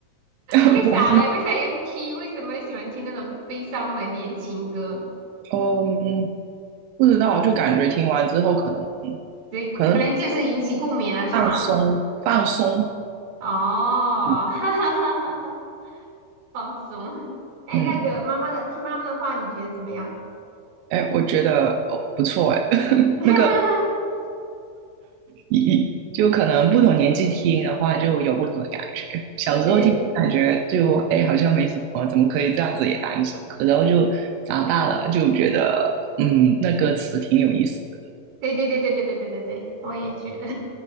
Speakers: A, on the right; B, on the right.
A: <laughs>
B: 为啥嘞？为啥要听？为什么喜欢听那种悲伤的恋情歌？
A: 我嗯不知道，就感觉听完之后可能
B: 对，
A: 可能
B: 可能就是引起共鸣了，是吗？
A: 放松放松。
B: 哦，
A: 嗯。
B: <laughs> 哈哈哈哈哈，放松。<laughs> 哎，
A: 嗯
B: 那个妈妈的，听妈妈的话，你觉得怎么样？
A: 哎，我觉得哦不错哎，<laughs>
B: <laughs>
A: 那个一就可能不同年纪听的话，就有不同的感觉。小时候听感觉就哎好像没什么，
B: 对对，
A: 怎么可以这样子也当一首歌？然后就长大了就觉得嗯，那歌词挺有意思的。
B: 对对对对对对对对对，我也觉得，